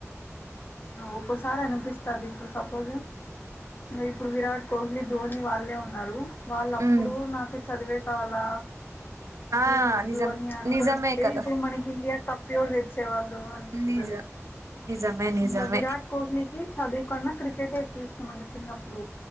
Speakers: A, on the left (about 40°); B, on the right (about 75°).
A: ఒక్కోసారి అనిపిస్తది ఇప్పుడు సపోజ్ ఇప్పుడు విరాట్ కోహ్లీ ధోని వాళ్ళే ఉన్నారు వాళ్ళు అప్పుడు
B: ఉమ్
A: నాకు చదివే చాలా ఇవేం
B: ఆ
A: వద్దు
B: నిజం
A: అని అనుకుంటే
B: నిజమే కదా
A: ఇప్పుడు మనకి ఇండియా తప్పోడు తెచ్చేవాళ్ళు అనిపిస్తుది
B: నిజం నిజమే నిజమే
A: ఇంకా విరాట్ కోహ్లీకి చది ఒకన్నా క్రికెటే ఎక్కువ ఇస్తామంట చిన్నప్పుడు